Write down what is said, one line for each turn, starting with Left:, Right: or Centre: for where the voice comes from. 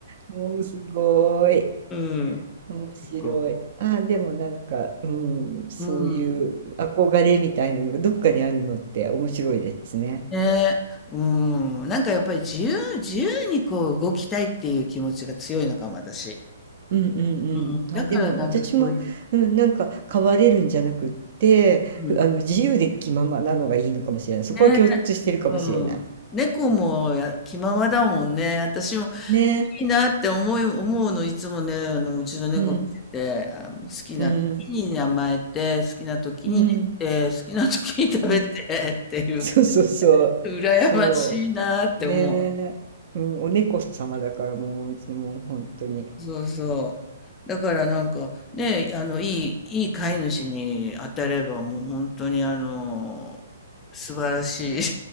Right: もうすごい。
Left: <laughs> うん。
Right: 面白い。
Left: 結構。
Right: あ、でもなんか、うん、そういう憧れみたいなのがどっかにあるのって面白いですね。
Left: うん。ね、うん、なんかやっぱり自由自由にこう動きたいっていう気持ちが強いのかも、私。
Right: うんうんうん。
Left: うん、だからなんかそういう、
Right: あ、でも私も、うん、なんか変われるんじゃなくって、
Left: うん、
Right: ふあの自由で気ままなのがいいのかもしれない。そこは共通してるかもしれない。
Left: ね、うん。猫もや気ままだもんね。私も
Right: ね。
Left: いいなって思い、思うの、いつもね、あの、うちの猫見てて、
Right: うん
Left: あの、好きな時に甘えて、
Right: うん
Left: 好きな時に寝て、
Right: うん
Left: 好きな時に食べてっていうか、
Right: うん。そうそうそう。
Left: 羨ましいなって思う。
Right: そう。ねえ、うん、お猫様だからもう、いつも本当に。
Left: そうそう。だからなんかね、あの、いい、いい飼い主に当たればもう本当にあの、素晴らし